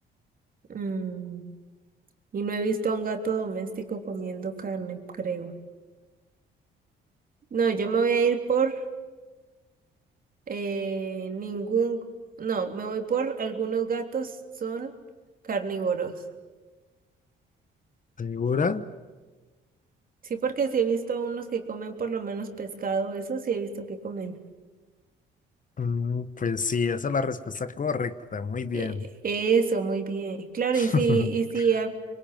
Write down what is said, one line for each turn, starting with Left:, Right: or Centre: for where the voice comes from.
Right: Mm, y no he visto a un gato doméstico comiendo carne, creo. No, yo me voy a ir por eh, ningún, no, me voy por algunos gatos son carnívoros.
Left: ¿Segura?
Right: Sí, porque sí he visto a unos que comen por lo menos pescado, eso sí he visto que comen.
Left: Mm, pues sí, esa es la respuesta correcta. Muy bien.
Right: Eh, eso, muy bien. Claro,
Left: <laughs>
Right: y si, y si a-